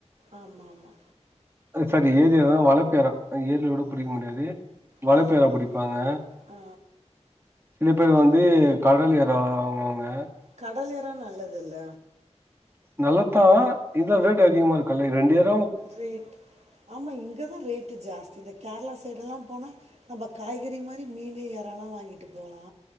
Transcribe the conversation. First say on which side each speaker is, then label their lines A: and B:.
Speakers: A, on the right (about 65°); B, on the right (about 20°).
A: ஆமா ஆமா
B: சாரி ஏரியதான் வளப்பு எறா ஏரில கூட புடிக்க முடியாது வளப்பு
A: வளர்ப்பு.
B: எறா புடிப்பாங்க
A: ஆ,
B: சில பேர் வந்து கடல் எறா வாங் வாங்குவாங்க
A: கடல் எறா நல்லது இல்ல
B: நல்லத்தா இதா ரேட்டு அதிகமா இருக்குல்ல இது ரெண்டு எ
A: ரேட் ஆமா இங்கதா ரேட்டு ஜாஸ்தி இந்த கேரளா சைடுடெல்லா போனா நம்ப காய்கறி மாரி மீனு எறாலா வாங்கிட்டு போலா